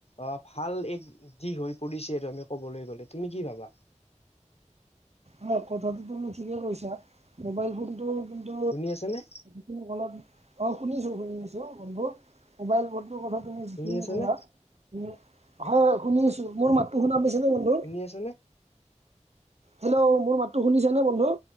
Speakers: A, on the left (about 55°); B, on the right (about 60°).
A: আ ভাল এক যি হৈ পৰিছে আৰু আমি ক'বলৈ গ'লে তুমি কি ভাবা?
B: হয় কথাটো তুমি ঠিকে কৈছা মোবাইল ফোনটো কিন্তু
A: শুনি আছানে
B: কোনো ফলত অ শুনিছো শুনিছো বন্ধু মোবাইল ফোনটোৰ কথা তুমি যিখিনি
A: শুনি আছানে
B: কলা উম হয় হয় শুনিআছোঁ মোৰ মাতটো শুনা পাইছানে বন্ধু?
A: শুনি আছানে?
B: হেল্ল' মোৰ মাতটো শুনিছানে বন্ধু?